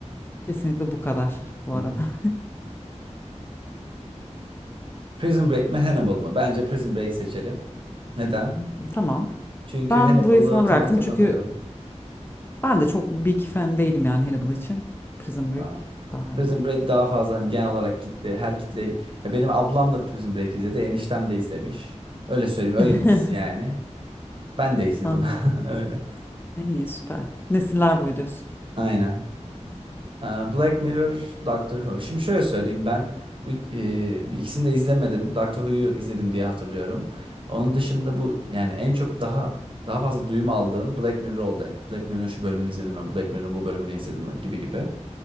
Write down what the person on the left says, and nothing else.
kesinlikle bu kadar bu
arada.
<laughs> Tamam.
Ben
burayı sana
bıraktım
çünkü Ben de çok big fan değilim yani Hannibal için. Prison Break
daha
iyi.
<laughs>
Anladım.
E, İyi süper. Nesiller boyu diyorsun.